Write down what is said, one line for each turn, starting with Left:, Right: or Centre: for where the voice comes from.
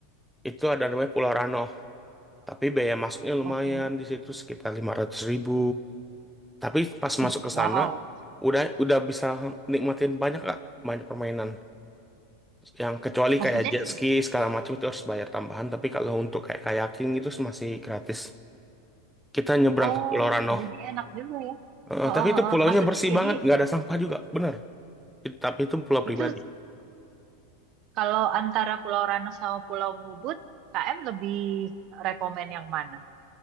Centre: itu ada namanya Pulau Rano tapi biaya masuknya lumayan
Right: oke.
Centre: di situ sekitar lima ratus ribu Tapi pas
Right: Uh,
Centre: masuk ke
Right: wow.
Centre: sana udah udah bisa nikmatin banyak gak banyak permainan. Yang kecuali
Right: Maksudnya,
Centre: kayak jet
Right: se-
Centre: ski segala macam itu harus bayar tambahan. Tapi kalau untuk kayak kayaking itu masih gratis. Kita nyebrang
Right: oh,
Centre: ke Pulau Rano.
Right: jadi enak juga ya.
Centre: Eh,
Right: Oh,
Centre: tapi
Right: oh,
Centre: itu
Right: oh.
Centre: pulaunya
Right: Maksudnya
Centre: bersih
Right: jadi
Centre: banget, nggak ada sampah juga, bener. It- tapi itu pulau
Right: itu
Centre: pribadi.
Right: kalau antara Pulau Rano sama Pulau Mubut, KM lebih rekomen yang mana?